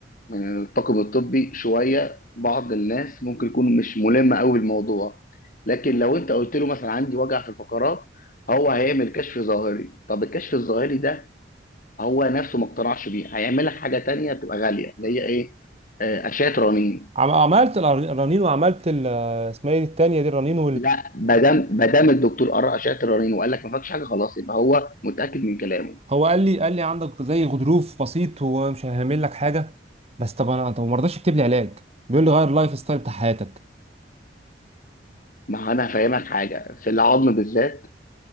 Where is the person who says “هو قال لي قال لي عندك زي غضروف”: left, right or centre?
Right